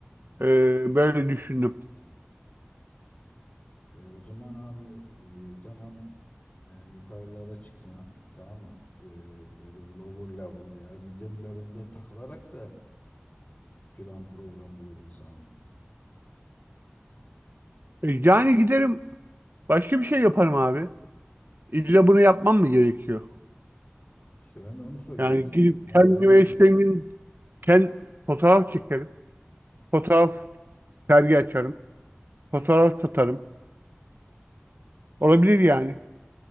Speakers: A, on the right; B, on the left.
A: e, böyle düşündüm.
B: E, o zaman abi e, tamam yani yukarılara çıkma tamam mı? E, böyle lower level veya middle level'da takılarak da plan programı olur insanın.
A: E, yani giderim başka bir şey yaparım abi. İlla bunu yapmam mı gerekiyor?
B: İşte ben de onu soruyorum
A: Yani
B: işte.
A: gidip
B: Ne,
A: kendime
B: ne yapacak?
A: isteğimin kend, fotoğraf çekerim. Fotoğraf sergi açarım. Fotoğraf satarım. Olabilir yani.